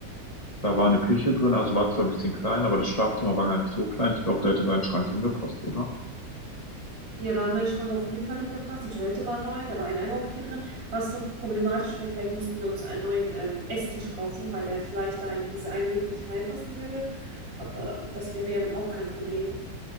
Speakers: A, on the left; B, on the right.
A: da war eine Küche drin, also war zwar ein bisschen klein, aber das Schlafzimmer war gar nicht so klein. Ich glaube, da hätte dein Schrank hingepasst, oder?
B: Ja, da hat mein Schrank auf jeden Fall hingepasst. Die Toilette war neu, da war ein Einbauküche drin. Was nur problematisch wäre, vielleicht müssten wir uns einen neuen ähm, Esstisch kaufen, weil der vielleicht da in diese eine Lücke nicht reinpassen würde. Aber das wäre ja dann auch kein Problem,